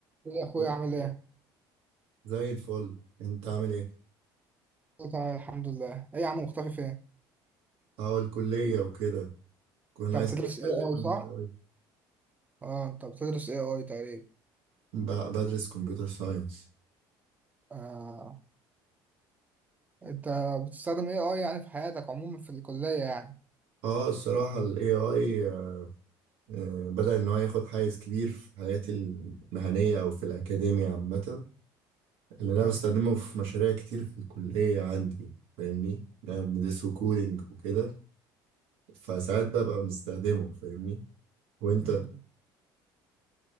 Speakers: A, on the right; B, on the right.
A: ايه يا اخويا
B: إيه الأخبار؟
A: عامل ايه؟
B: زي الفل انت عامل ايه
A: أنا تمام الحمد لله، ايه يا عم مختفي فين؟
B: اه الكلية وكده كنا
A: انت
B: عايزين
A: بتدرس
B: نتكلم
A: اي اي
B: عن الاي
A: صح؟
B: اي
A: اه انت بتدرس اي اي تقريبا
B: ب- بدرس كمبيوتر ساينس
A: آه. انت بتستخدم اي اي يعني في حياتك عموما في الكلية يعني
B: اه الصراحة الاي اي آه، آه، بدأ ان هو ياخد حيز كبير في حياتي المهنية او في الاكاديمية عامة اللي انا
A: ايوه
B: بستخدمه في مشاريع كتير في الكلية عندي فاهمني انا بندرسه كودينج وكده فساعات ببقى مستخدمه فاهمني وانت
A: مم.